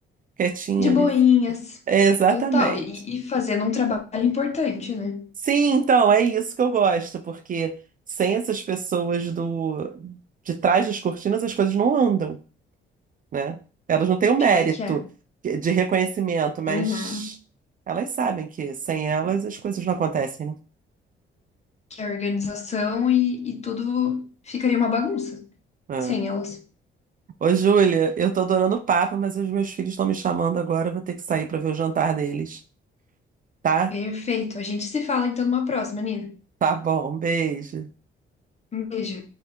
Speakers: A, on the right (about 45°); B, on the left (about 35°).
A: quietinha
B: de boinhas,
A: ali. É, exatamente.
B: total. E, e fazendo um trabalho importante, né?
A: Sim, então, é isso que eu gosto, porque sem essas pessoas do de trás das cortinas as coisas não andam. né? Elas não têm o mérito
B: Pior que é.
A: de reconhecimento, mas
B: Uhum.
A: elas sabem que sem elas as coisas não acontecem, né?
B: Que é organização e, e tudo ficaria uma bagunça
A: Ah.
B: sem elas.
A: Ô, Júlia, eu tô adorando o papo, mas os meus filhos estão me chamando agora, eu vou ter que sair para ver o jantar deles, tá?
B: Perfeito. A gente se fala então numa próxima, Nina.
A: Tá bom, um beijo.
B: Um beijo.